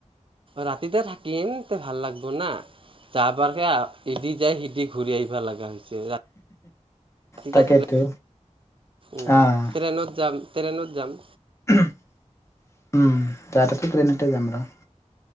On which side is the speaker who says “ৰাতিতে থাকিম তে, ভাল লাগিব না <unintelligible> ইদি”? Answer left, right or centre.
Right